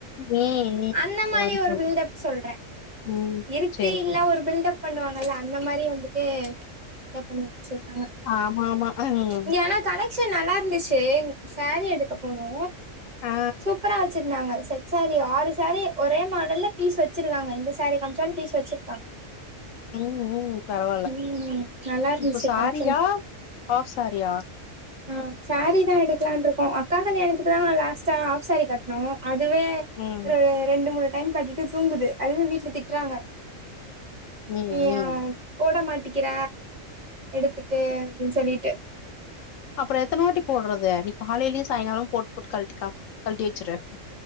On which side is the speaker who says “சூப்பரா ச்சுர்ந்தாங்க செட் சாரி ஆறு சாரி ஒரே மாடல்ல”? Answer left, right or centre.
Right